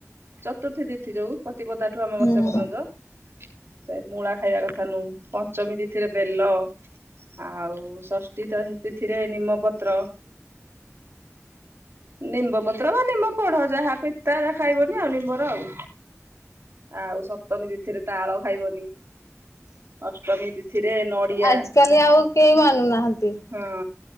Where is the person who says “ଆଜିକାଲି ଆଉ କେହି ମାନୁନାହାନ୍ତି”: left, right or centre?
Left